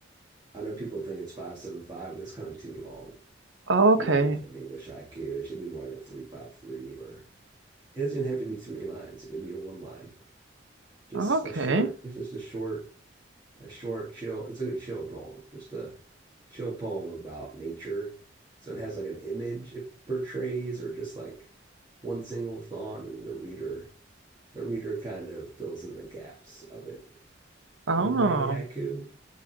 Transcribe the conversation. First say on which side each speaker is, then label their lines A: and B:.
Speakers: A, on the right (about 20°); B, on the right (about 80°).
A: I know people think it's five, seven, five. But that's kind of too long.
B: Okay.
A: Usually for an English IQ, it should be more like a three, five, three. Or it doesn't even have to be three lines. It can be a one line. Just
B: Okay.
A: a short. It's just a short, a short chill. It's like a chill poem. Just a chill poem about nature. So it has like an image it portrays, or just like one single thought, and then the reader the reader kind of fills in the gaps of it.
B: Oh.
A: You ever write any haiku?